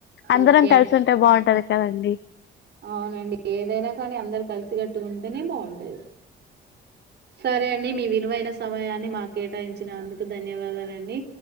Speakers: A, on the left; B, on the right.
A: అందరం
B: ఓకే
A: కలిసుంటే బాగుంటది కదండీ
B: అవునండి ఏదైనా కానీ అందరు కలిసి కట్టుగుంటేనే బాగుంటాది సరే అండి మీ విలువైన స సమయాన్ని మాకు కేటాయించినందుకు ధన్యవాదాలండి